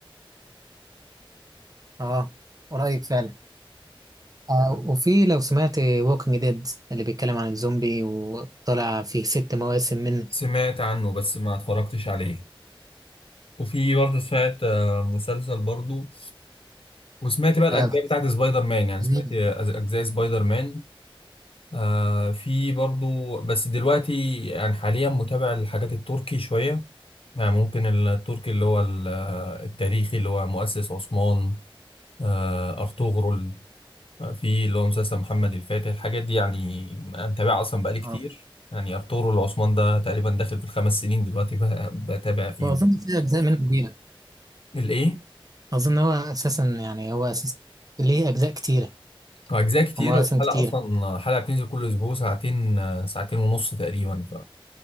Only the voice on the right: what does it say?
اه قريب فعلا آه وفي لو سمعت ووكينج ديد اللي بيتكلم عن الزومبي وطلع فيه ست مواسم منه
آه
جميل
اه
واظن في اجزاء منه كبيره
اظن هو اساسا يعني هو اساسا ليه اجزاء كتيره
ومواسم
كتيره